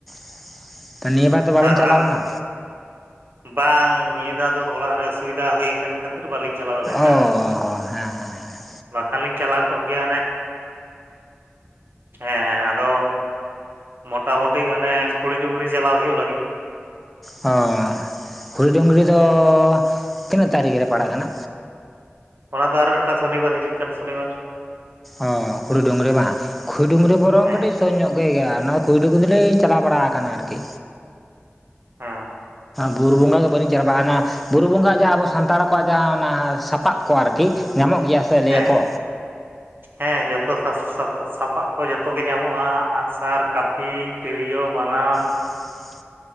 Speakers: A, in the centre; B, on the right.
A: ᱾ ᱛᱚ ᱱᱤᱭᱟᱹ ᱵᱟᱨ ᱫᱚ ᱵᱟᱵᱮᱱ
B: ᱟᱨ
A: ᱪᱟᱞᱟᱣ ᱞᱮᱱᱟ?
B: ᱵᱟᱝ ᱱᱤᱭᱟᱹ ᱫᱷᱟᱹᱣ ᱫᱚ ᱚᱲᱟᱜ ᱨᱮ ᱚᱥᱩᱵᱤᱫᱷᱟ ᱦᱳᱭ ᱠᱟᱱ ᱠᱷᱟᱹᱛᱤᱨ ᱵᱟᱹᱞᱤᱧ ᱪᱟᱞᱟᱣ ᱫᱟᱲᱮ ᱠᱟᱣᱫᱟ
A: ᱚ
B: ᱾
A: ᱦᱮᱸ ᱦᱮᱸ ᱦᱮᱸ ᱾
B: ᱵᱟᱠᱷᱟᱱ ᱞᱤᱧ ᱪᱟᱞᱟᱣ ᱠᱚᱜ ᱜᱮᱭᱟ᱾ ᱚᱱᱮ ᱦᱮᱸ ᱟᱫᱚ ᱢᱳᱚᱴᱟᱢᱩᱴᱤ ᱚᱱᱮ ᱠᱷᱩᱲᱤ ᱰᱩᱝᱨᱤ ᱪᱟᱞᱟᱣ ᱦᱩᱭᱩᱜ ᱞᱟᱹᱜᱤᱫ᱾
A: ᱦᱚᱸ ᱾ ᱠᱷᱩᱲᱤ ᱰᱩᱝᱨᱤ ᱫᱚ ᱛᱤᱱᱟᱹᱜ ᱛᱟᱹᱨᱤᱠᱷ ᱨᱮ ᱯᱟᱲᱟᱜ ᱠᱟᱱᱟ?
B: ᱚᱱᱟ ᱫᱚ ᱟᱨ ᱢᱤᱜᱴᱟᱝ ᱥᱚᱱᱤᱵᱟᱨ ᱦᱤᱡᱩᱜ ᱠᱟᱱ ᱥᱚᱱᱤᱵᱟᱨ ᱾
A: ᱚ ᱠᱷᱩᱲᱤ ᱰᱩᱝᱨᱤ ᱵᱟᱝ? ᱠᱷᱩᱭᱰᱩᱝᱨᱤ ᱵᱚᱨᱚᱝ
B: ᱦᱮᱸ
A: ᱠᱟᱹᱴᱤᱡ ᱥᱩᱨ ᱧᱚᱜ ᱜᱮᱭᱟ ᱚᱱᱟ ᱠᱷᱩᱭ ᱰᱩᱝᱨᱤ ᱫᱚᱞᱤᱧ ᱪᱟᱞᱟᱣ ᱵᱟᱲᱟ ᱟᱠᱟᱱᱟ ᱟᱨᱠᱤ᱾
B: ᱦᱮᱸ᱾
A: ᱵᱩᱨᱩ ᱵᱚᱸᱜᱟ ᱜᱮ ᱵᱟᱹᱞᱤᱧ ᱪᱟᱞᱟ ᱵᱟᱲᱟ ᱱᱟ ᱾ ᱵᱩᱨᱩ ᱵᱚᱸᱜᱟ ᱡᱟᱦᱟᱸ ᱟᱵᱚ ᱥᱟᱱᱛᱟᱲ ᱠᱚᱣᱟᱜ ᱡᱟᱦᱟᱸ ᱚᱱᱟ ᱥᱟᱯᱟᱵ ᱠᱚ ᱟᱨᱠᱤ ᱧᱟᱢᱚᱜ ᱜᱮᱭᱟ ᱥᱮ ᱞᱟᱹᱭᱟᱠᱚ,
B: ᱦᱮᱸ ᱦᱮᱸ ᱡᱚᱛᱚ <unintelligible> ᱥᱟᱯᱟᱵ ᱠᱚ ᱡᱚᱛᱚ ᱜᱮ ᱧᱟᱢᱚᱜᱼᱟ ᱟᱜ ᱥᱟᱨ ᱠᱟᱹᱯᱤ, ᱛᱤᱨᱭᱳ ᱵᱟᱱᱟᱢ,
A: <inaudible>